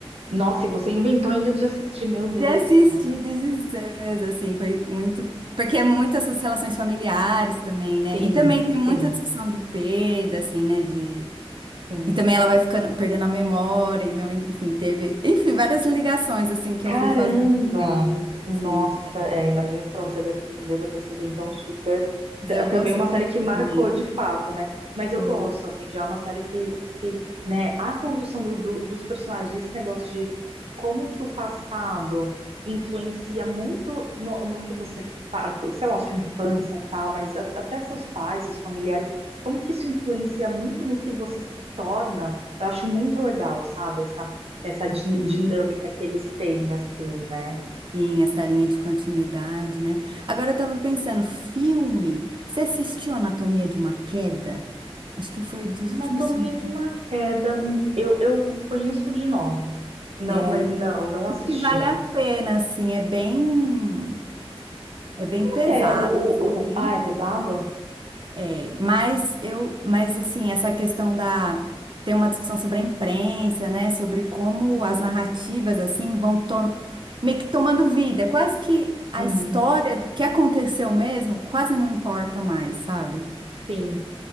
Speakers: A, on the right (about 75°); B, on the right (about 50°).
A: Nossa, e você inventou ainda de assistir, meu
B: de
A: Deus
B: assistir
A: do céu.
B: This Is Us, assim, foi muito... Porque é muito essas relações familiares também, né?
A: Sim,
B: E também tem muita
A: sim,
B: discussão de perda, assim, né? De...
A: sim.
B: E também ela vai ficando, perdendo a memória, e minha mãe, enfim, teve... Enfim, várias ligações, assim, que
A: Caramba!
B: eu fui fazer também,
A: Nossa,
B: assim. É.
A: é, imagino que para você deve ter- deva ter sido então super.
B: Mas
A: t-
B: eu
A: Também
B: gostei
A: uma série que marcou
B: também.
A: de fato, né? Mas eu
B: Pô,
A: gosto, assim, já é uma série que, que né, a construção do- do- dos personagens, esse negócio de como que o passado influencia muito no, no que você faz, sei lá, sua infância tal, mas a- até seus pais, seus familiares, como que isso influencia muito no que você se torna, eu acho muito legal, sabe? essa din-
B: Sim,
A: dinâmica que eles têm, assim, né?
B: sim, essa linha de continuidade, né? Agora eu tava pensando, filme. Você assistiu Anatomia de uma Queda? Acho que foi dos
A: Anatomia
B: últimos filmes.
A: de uma Queda, eu, eu conheço de nome. Não,
B: É,
A: mas não, não assisti.
B: acho que vale a pena, assim, é bem, é bem
A: Como
B: pesado,
A: é que é o,
B: assim,
A: o, o... Ah, é pesado?
B: É, mas eu, mas assim, essa questão da tem uma discussão sobre a imprensa, né, sobre como as narrativas assim vão to- meio que tomando vida, É quase que a
A: Uhum,
B: história do que aconteceu mesmo quase não importa mais, sabe?
A: sim.